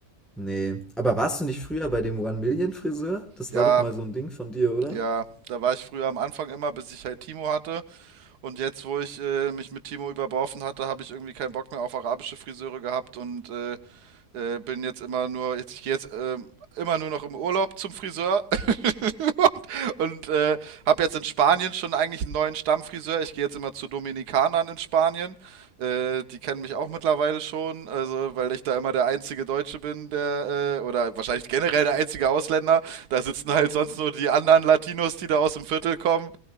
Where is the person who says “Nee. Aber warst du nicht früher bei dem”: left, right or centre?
Centre